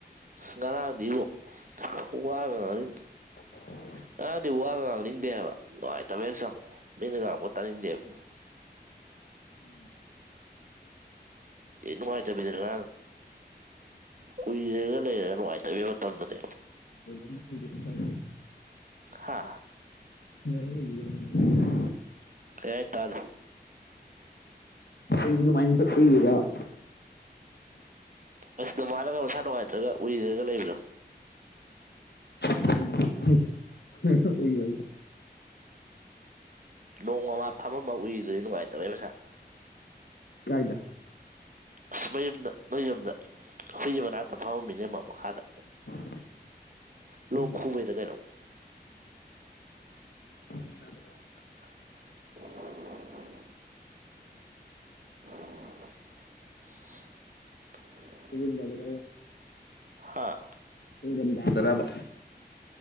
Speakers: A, on the right; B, on the left.
A: ꯉꯔꯥꯡꯗꯤꯕꫭ ꯋꯥꯒꯉꯥꯡꯅꯤꯡ꯫
B: ꯫ <inaudible>
A: ꯉꯔꯥꯡꯗꯤ ꯋꯥ ꯉꯥꯡꯅꯤꯡꯗꯦꯕ ꯅꯨꯡꯉꯥꯏꯇꯕ ꯍꯛꯆꯥꯡ ꯃꯤꯅ ꯉꯥꯡꯕꯒ ꯇꯥꯅꯤꯡꯗꯦꯕ꯫
B: ꯫
A: ꯏ ꯅꯨꯡꯉꯥꯏꯇꯕꯤꯗꯅ ꯉꯔꯥꯡ ꯀꯨꯏꯔꯒ ꯂꯩꯔꯒ ꯅꯨꯡꯉꯥꯏꯇꯕꯤ ꯃꯇꯝꯗꯨꯅꯦ꯫
B: ꯄꯨꯣ ꯐꯥꯏꯗ꯫
A: ꯍꯥ꯫
B: <unintelligible>
A: ꯀꯩ ꯍꯥꯏꯅꯣ ꯇꯥꯗ꯭ꯔꯦ
B: ꯍꯨꯏꯕꯨ ꯑꯗꯨꯃꯥꯏꯅ ꯐꯨꯔꯤꯔꯕ
A: ꯑꯁ ꯑꯗꯨꯃꯥꯏꯅꯒ ꯃꯁꯥ ꯅꯨꯡꯉꯥꯏꯇ꯭ꯔꯒ ꯎꯏꯔꯒ ꯂꯩꯕꯗꯣ
B: ꯑꯍꯥ ꯑꯍꯥ ꯎꯏꯕ ꯍꯥꯏ
A: ꯅꯣꯡꯃ ꯃꯥ ꯐꯝꯃꯝꯃꯒ ꯎꯏꯗ꯭ꯔꯥꯗꯤ ꯅꯨꯡꯉꯥꯏꯇꯕꯩ ꯃꯁꯥ
B: ꯀꯥꯏꯗ
A: ꯑꯁ ꯃꯌꯨꯝꯗ ꯃꯌꯨꯝꯗ ꯍꯨꯏꯒꯤ ꯃꯅꯥꯛꯇ ꯐꯝꯃꯝꯃꯤꯅꯦ ꯃꯥ ꯃꯈꯥꯗ
B: <inaudible>
A: ꯂꯣꯛ
B: ꯑꯗꯨ
A: ꯈꯨꯕꯩꯔ ꯀꯩꯅꯣ
B: ꯏꯪꯊꯝꯊꯥꯗꯔꯕ
A: <inaudible> ꯏꯁ
B: ꯑꯗꯨꯝꯗꯕ ꯗꯥꯏꯅꯣ
A: ꯍꯥꯥ
B: ꯏꯪꯗꯝꯗꯥ ꯗꯔꯕ